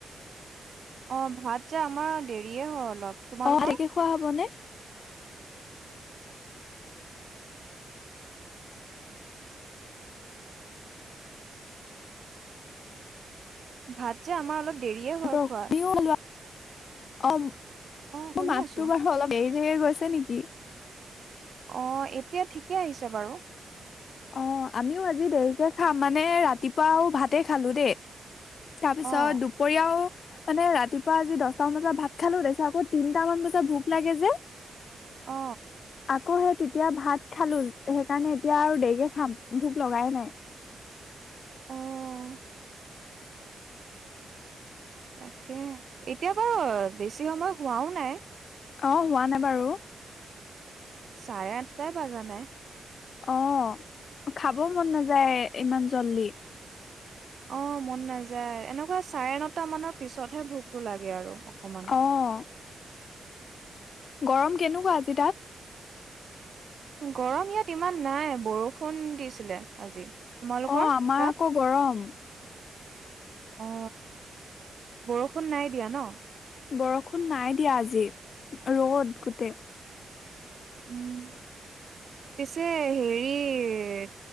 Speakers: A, on the right (about 45°); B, on the left (about 55°).
A: অ ভাত যে আমাৰ দেৰিয়ে হয় অলপ। তোমালোকৰ
B: অ তকে খোৱা হব ন?
A: ভাত যে আমাৰ অলপ দেৰিয়ে হয়
B: তুমিও
A: খোৱা।
B: লোৱা অ মোৰ
A: অ', শুনি
B: মাতটো
A: আছো
B: বাৰু অলপ দেৰি <inaudible> গৈছে নেকি
A: অ এতিয়া ঠিকে আহিছে বাৰু।
B: অ আমিও আজি দেৰিকে খাম মানে ৰাতিপুৱাও ভাতে খালো দেই। তাৰ পিছত
A: অ',
B: দুপৰীয়াও মানে ৰাতিপুৱা আজি দহটামান বজাত ভাত খালো তাৰপিছত আকৌ তিনটামান বজাত ভোক লাগে যে
A: অ।
B: আকৌ সে তেতিয়া ভাত খালো সেইকাৰণে এতিয়া আৰু দে খাম ভোক লগাই নাই।
A: অ', তাকে এতিয়া বাৰু বেছি সময় হোৱাও নাই।
B: অ হোৱা নাই বাৰু।
A: চাৰে আঠটা বাজা নাই।
B: অ খাব মন নাযায় ইমান জল্দি।
A: অ মন নাযায় এনেকুৱা চাৰে নটা মানৰ পিছতহে ভোকতটো লাগে আৰু। অকমান
B: আহ। গৰম কেনেকুৱা আজি তাত?
A: গৰম ইয়াত ইমান নাই বৰষুণ দিছিলে আজি। তোমালোকৰ
B: অ আমাৰ
A: তাত
B: আকৌ গৰম।
A: অ বৰষুণ নাই দিয়া ন?
B: বৰষুণ নাই দিয়া আজি, ৰ'দ গোটেই।
A: উম পিছে হেৰি,